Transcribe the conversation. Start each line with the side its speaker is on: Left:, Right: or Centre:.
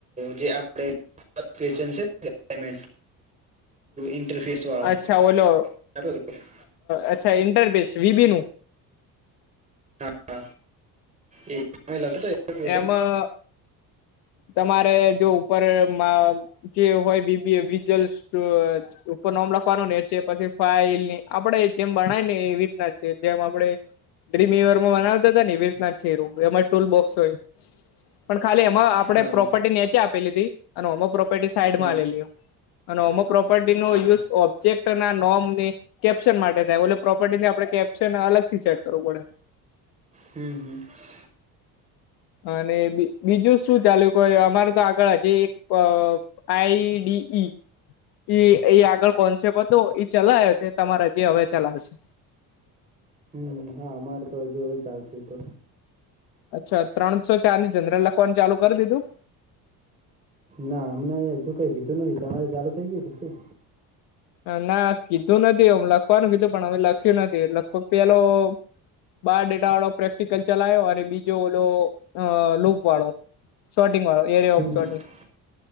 Right: જે આપ <inaudible> છેમે ઇન્ટરફેસ વાળો
Left: અચ્છા ઓલો
Right: આપ્યો હતો
Left: અચ્છા ઇન્ટરફેસ છે વીબી નું
Right: હા એમે <inaudible> લખતો ક્વેશ્ચન
Left: એમાં તમારે જો ઉપરમાં જે બીબીએ વિજલ્સ ઉપર નોમ લખવાનું નેચે છે પછી ફાઈલ આપડે જેમ બણાય ને એ રીતના છે જેમ આપણે <unintelligible> માં બનાવતા હતા ને એવી રીતના જ છે શીર એમાં ટુલ બોક્સ હોય પણ ખાલી એમાં આપે
Right: હા
Left: પ્રોપર્ટી નીચે આપેલી હતી એમાં પ્રોપર્ટી સાઈડમાં
Right: હા
Left: આલેલી હે અને ઓમ પ્રોપર્ટી નો યુઝ ઓબ્જેક્ટ અને નોમની કેપ્શન માટે થાય ઓલી પ્રોપર્ટી થી આપણે કેપ્શન અલગ થી સેટ કરવું પડે
Right: હમ હમ
Left: અને બીજું શું ચાલ્યું કોઇ અમારે તો આગળ હજી એક આઈડી ઈ એ આગળ કોન્સેપ્ટ હતો એ ચલાવયો છે તમારે ત્યાં જે હવે ચલાવશે
Right: હમ હા અમારે તો હજુ ચાલશે તો
Left: અચ્છા ત્રણસો ચારની જનરલ લખવાનું ચાલુ કરી દીધું
Right: ના અમને હજુ કઈ કીધું નથી તમારે ચાલુ થઈ ગયું હતું શું
Left: ના કીધું નથી હમ લખવાનું કીધું પણ લખ્યું નથી લગભગ પેલો બાર ડેટા વાળો પ્રેક્ટિકલ ચલાયો અને બીજો ઓલો અ લૂપ વાળો શોટિંગળો એરિયા
Right: હમ
Left: ઓફ શટિંગ